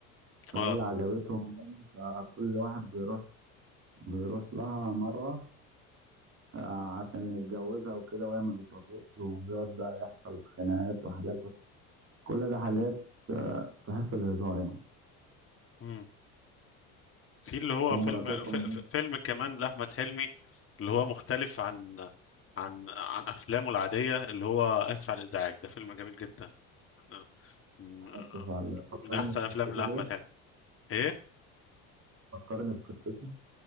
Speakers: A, on the right; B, on the left.
A: فهي
B: آه
A: عجبتهم بقى، فكل واحد بيروح بيروح لها مرة آه، عشان يتجوزها وكده وهي ما بتوافقش وبيقعد بقى يحصل خناقات وحاجات بس كل ده حاجات آه، في حس الهزار يعني
B: مم. في اللي هو
A: ومراتاتهم
B: فيلم ف... ف- فيلم كمان لأحمد حلمي اللي هو مختلف عن عن عن أفلامه العادية اللي هو آسف على الإزعاج ده فيلم جميل جدا أنا- من
A: آسف على فكرني
B: من أحسن
A: في
B: أفلام
A: قصته
B: لأحمد
A: كده
B: حلمي إيه
A: فكرني بقصته